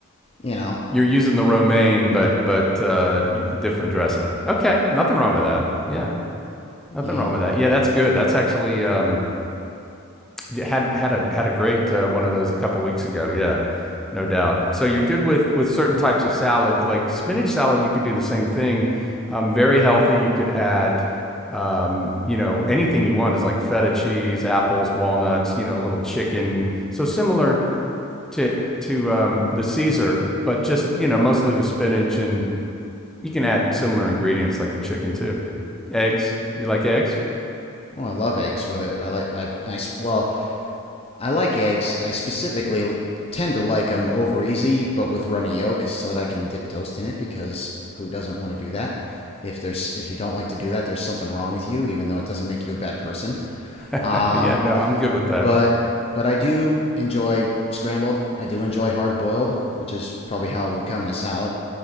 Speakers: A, on the left; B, in the centre.
A: you know,
B: You're using the romaine, but but uh, different dressing. Okay, nothing wrong with that. Yeah, nothing
A: yeah.
B: wrong with that. Yeah, that's good. That's actually um, Yeah, had had a had a great uh, one of those a couple weeks ago. Yeah, no doubt. So you're good with with certain types of salad, like spinach salad. You could do the same thing. Um, very healthy. You could add, um, you know, anything you want is like feta cheese, apples, walnuts. You know, a little chicken. So similar to to um, the Caesar, but just you know, mostly with spinach, and you can add similar ingredients like the chicken too. Eggs. You like eggs?
A: Oh, I love eggs. Whether I like I I well, I like eggs. I specifically tend to like them over easy, but with runny yolk, so that I can dip toast in it. Because who doesn't want to do that? If there's if you don't like to do that, there's something wrong with you. Even though it doesn't make you a bad person.
B: <laughs>
A: Um,
B: yeah. No, I'm good with that.
A: but but I do enjoy scrambled. I do enjoy hard boiled, which is probably how it would come in a salad.